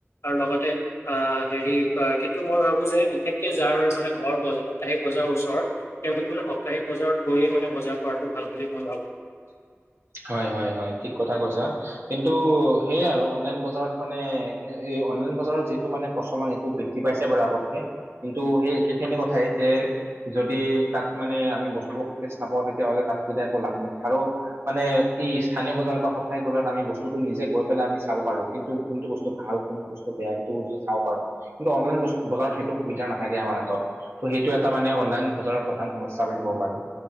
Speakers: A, on the left; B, on the right.
A: আৰু লগতে আ হেৰি কিন্তু মই ভাবো যে বিশেষকে যাৰ মানে ঘৰ বজ যাৰ সাপ্তাহিক বজাৰ ওচৰত তেওঁলোকে মানে সপ্তাহিক বজাৰত গৈয়ে মানে বজাৰ কৰাটো ভাল বুলি মই ভাবো
B: হয় হয় হয় ঠিক কথা কৈছা কিন্তু সেয়াই আৰু অনলাইন বজাৰত মানে এ অনলাইন বজাৰৰ যিটো মানে প্ৰচলন সেইটো বৃ দ্ধি পাইছে বাৰু আগতকে কিন্তু সেই একেখিনি কথাই যে যদি তাত মানে আমি বস্তুবোৰ সতেজ নাপাওঁ তেতিয়াহ'লে তাত কি তে একো লাভ নাই আৰু মানে ই স্থানীয় বজাৰ বা সপ্তাহিক বজাৰত আমি বস্তুটো নিজে গৈ পেলাই আমি চাব পাৰো কিন্তু কোনটো বস্তু ভাল কোনটো বচ ত বেয়া সেইটো বস্তু চাব পাৰ কিন্তু অনলাইন বজাৰত সেইটো সুবিধা নাথাকে আমাৰ হাতত ত' সেইটো এটা মানে অনলাইন বজাৰৰ প্ৰধান সমস্যা বুলি ক'ব পাৰো